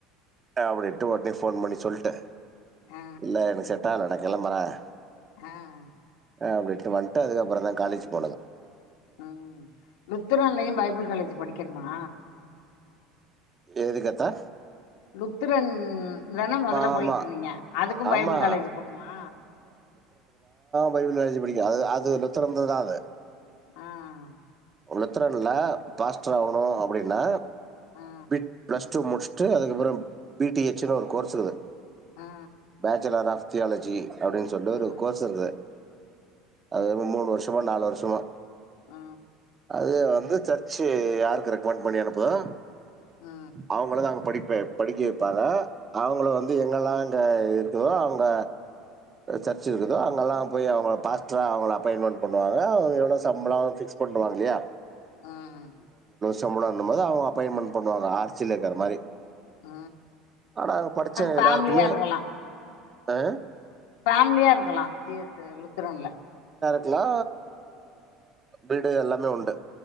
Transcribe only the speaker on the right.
அப்டின்னுட்டு வொடணே போன் பண்ணி சொல்டேன்
இல்ல எனக்கு செட்டாகளா கிளம்பறேன்
அப்டின்ட்டு வந்துட்டு அதுக்கப்றோ தான் காலேஜ் போலங்க
எது கத்தா
ஆமா
ஆமா
பைபில் காலேஜ் படிக்கும் அது அது லெத்திறந்துதான் அது
லுத்துரன்ல பாஸ்டர் ஆகணும் அப்படின்னா
பிட் பிளஸ் டூ முடிச்சு முடிச்சுட்டு அதுக்கப்புறம் பிடி எச்னு ஒரு கோர்ஸ் இருக்கு
பேச்சுலர் ஆஃப் எத்தியாலஜி அப்படின்னு சொல்லிட்டு
ஒரு கோர்ஸ் இருக்குது அது வந்து மூணு வருஷமோ நாலு வருஷமோ
அதே வந் சர்ச்சு யாருக்கு ரெக்கமெண்ட் பண்ணி அனுப்புதோ
அவங்கள தான் அங்க படி படிக்க வைப்பாங்க அவங்கள வந்து எங்கலாம் எங்க இருக்குதோ அங்க சர்ச் இருக்குதோ அங்கெல்லாம் போய் அவங்கள பாஸ்டரா அவங்கள அப்பாயின்ட்மென்ட் பண்ணுவாங்க எவ்ளவு சம்பளம் ஃபிக்ஸ் போட்ருவாங்களையா
சம்பள அந்த மாரி அவுங்க அப்பாயின்ட்மென்ட் பண்ணுவாங்க ஆர்ச்சுல இருக்குற மாரி
ஆனா அங்க படுச்ச
எல்லாருக்குமே
அ
க்குளா வீடு எல்லாமே உண்டு